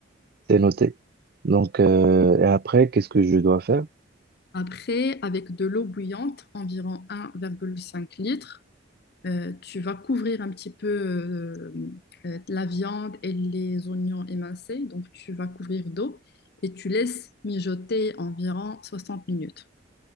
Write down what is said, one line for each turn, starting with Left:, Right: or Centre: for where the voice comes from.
Right: c'est noté. Donc, euh, et après, qu'est-ce que je dois faire?
Left: Après, avec de l'eau bouillante, environ 1,5 litre, euh, tu vas couvrir un petit peu euh, euh, la viande et les oignons émincés. Donc, tu vas couvrir d'eau et tu laisses mijoter environ 60 minutes.